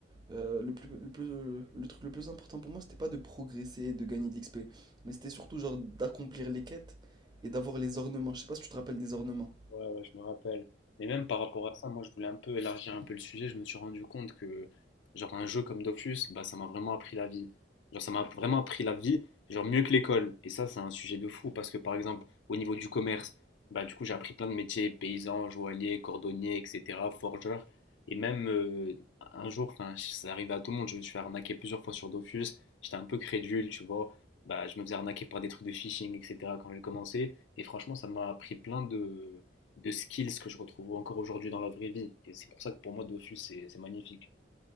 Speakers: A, on the right; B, on the left.
A: Euh, le, plus, le, plus- le truc le plus important pour moi, c'était pas de progresser, de gagner de l'XP. Mais c'était surtout genre d'accomplir les quêtes et d'avoir les ornements. Je sais pas si tu te rappelles des ornements.
B: Ouais, ouais, je me rappelle. Mais même par rapport à ça, moi, je voulais un peu élargir un peu le sujet. Je me suis rendu compte que, genre, un jeu comme Dofus, bah, ça m'a vraiment appris la vie. Genre, ça m'a vraiment appris la vie, genre, mieux que l'école. Et ça, c'est un sujet de fou parce que, par exemple, au niveau du commerce, bah, du coup, j'ai appris plein de métiers, paysan, joaillier, cordonnier, etc., forgeur. Et même euh, un jour, enfin, ça arrivait à tout le monde, je me suis fait arnaquer plusieurs fois sur Dofus. J'étais un peu crédule, tu vois. Bah, je me faisais arnaquer par des trucs de phishing, etc., quand j'ai commencé. Et franchement, ça m'a appris plein de de skills que je retrouve encore aujourd'hui dans la vraie vie. Et c'est pour ça que pour moi, Dofus, c'est c'est magnifique.